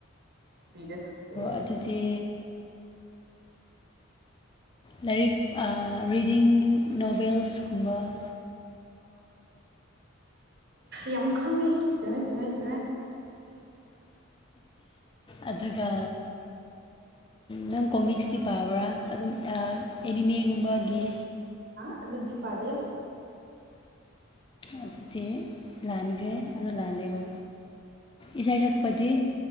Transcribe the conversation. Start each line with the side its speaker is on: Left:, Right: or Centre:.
Right: ꯕꯤꯗ ꯊꯝꯗꯦ ꯑꯩ
Left: ꯑꯗꯨꯗꯤ ꯂꯥꯏꯔꯤꯛ ꯔꯤꯗꯤꯡ ꯅꯣꯕꯦꯜꯁꯀꯨꯝꯕ
Right: ꯌꯥꯝ ꯈꯪꯉꯦ ꯆꯉꯣꯏ ꯆꯨꯝꯉꯦ ꯆꯨꯝꯉꯦ <inaudible>
Left: ꯑꯗꯨꯒ ꯅꯪ ꯀꯣꯃꯤꯛꯁꯇꯤ ꯄꯥꯕ꯭ꯔꯥ ꯑꯗꯨꯝ ꯑꯦꯅꯤꯃꯦꯒꯨꯝꯕꯒꯤ
Right: ꯑ ꯑꯗꯨꯗꯨꯗꯤ ꯄꯗꯦ
Left: ꯑꯗꯨꯗꯤ ꯂꯥꯟꯈ꯭ꯔꯦ ꯑꯗꯣ ꯂꯥꯜꯂꯦꯀꯣ ꯏꯁꯩ ꯁꯛꯄꯗꯤ